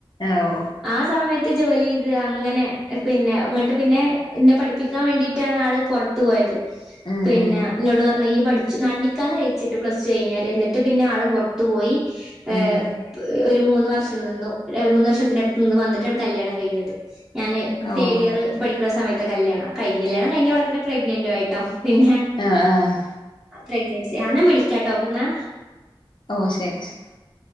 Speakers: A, on the left; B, in the centre.
A: ഓ
B: ആ സമയത്ത് ജോലി ചെയ്ത് അങ്ങനെ പിന്നെ ഇങ്ങട്ട് പിന്നെ എന്നെ പഠിപ്പിക്കാൻ വേണ്ടിട്ട് ആണ് ആള് പുറത്ത് പോയത്
A: ഉം
B: പിന്നെ
A: ഉം
B: ഇന്നോട് പറ പറഞ്ഞു ഈയ് പഠിച്ചു നിക്കാഹ് കഴിച്ചിട്ട് പ്ലസ് ടു കഴിഞ്ഞേരെ എന്നിട്ട് പിന്നെ ആള് പുറുത്ത് പോയി ഏഹ്
A: ഉം
B: <inaudible> ഒരു മൂന്ന് വർഷം നിന്നു മൂന്ന് വർഷത്തിന്റെ അടുത്ത് നിന്ന് വന്നിട്ടാണ് കല്യാണം കഴിഞ്ഞത് ഞാന്
A: ഓ
B: തേർഡ് ഇയർ
A: ഓക്കെ
B: പഠിക്കുന്ന സമയത്ത് കല്യാണം കല്യാണം കഴിഞ്ഞ ഉടനെ തന്നെ പ്രെഗ്നന്റും ആയിട്ടോ പിന്നെ
A: ആഹ് ആഹ്
B: പ്രെഗ്നൻസി ആന്നാ വിളിക്കാട്ടോ ന്നാ
A: ഓ ശരി ശരി